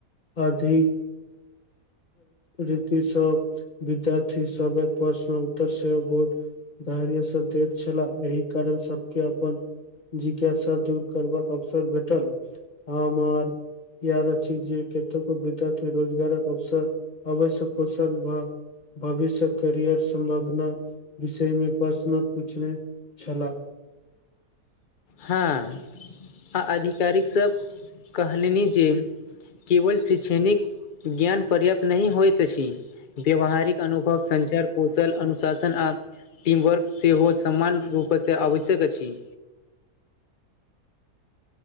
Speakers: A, on the left; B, on the left.
A: अधिक री <unintelligible> तिसभ विद्यार्थी सब प्रश्न उत्तर सेव बोध धैर्यसँ दैत छलाह एहि कारण सबके अपन जिज्ञासा दूर करबाक अवसर भेटल हमर याद अछी जे विद्यार्थी रोजगारक अवसर अवश्य प्रोसन व भविष्य करियर संभगना विषय मे प्रश्न पूछने छलाह
B: हँ आ आधिकारिकसभ कहलनि जे केवल शैक्षणिक ज्ञान पर्याप्त नहि होइत अछि व्यवहारिक अनुभव संचार कोष सल अनुशासन आ टीमवर्क सेहो सामान्य रूपसँ आवश्यक अछि